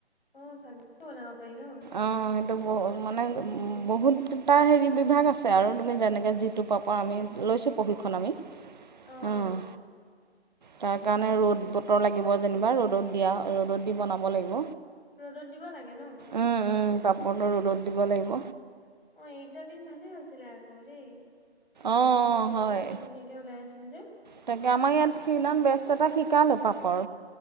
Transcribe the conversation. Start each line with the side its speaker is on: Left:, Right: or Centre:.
Left: অ', চাগু দি বনাব পাৰি ন?
Right: অ', সেইটো ব, মানে
Left: উম উম
Right: বহুত এটা হেৰি বিভাগ আছে আৰু তুমি যেনেকৈ যিটোৰ পৰপা আমি লৈছোঁ প্ৰশিক্ষণ আমি
Left: অ
Right: হুম,
Left: অ
Right: তাৰ কাৰণে
Left: উম
Right: ৰ'দ
Left: উম
Right: বতৰ লাগিব যেনেবা ৰ'দত দিয়া, ৰ'দত দি বনাব লাগিব।
Left: ৰ'দত দিব লাগে ন?
Right: উম পাপৰটো ৰ'দত দিব লাগিব।
Left: অ', এই কেইটাদিন ভালে আছিলে আকৌ দেই।
Right: অঁ
Left: ৰ'দটো
Right: হয়
Left: একে ধুনীয়াকে ওলাই আছিল যে
Right: তাকে আমাৰ ইয়াত সেইদিনা বেষ্ট এটা শিকালে পাপৰ